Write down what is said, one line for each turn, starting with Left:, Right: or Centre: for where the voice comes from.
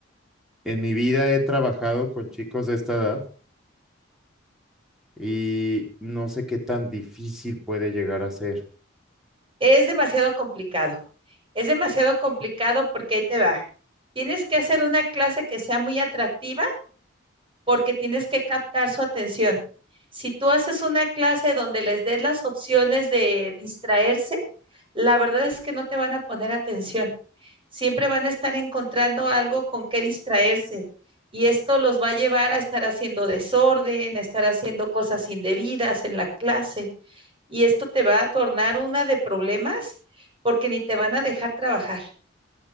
Centre: En mi vida he trabajado con chicos de esta edad y no sé qué tan difícil puede llegar a ser.
Right: Es demasiado complicado. Es demasiado complicado porque ahí te va. Tienes que hacer una clase que sea muy atractiva porque tienes que captar su atención. Si tú haces una clase donde les des las opciones de distraerse, la verdad es que no te van a poner atención. Siempre van a estar encontrando algo con que distraerse y esto los va a llevar a estar haciendo desorden, a estar haciendo cosas indebidas en la clase y esto te va a tornar una de problemas porque ni te van a dejar trabajar.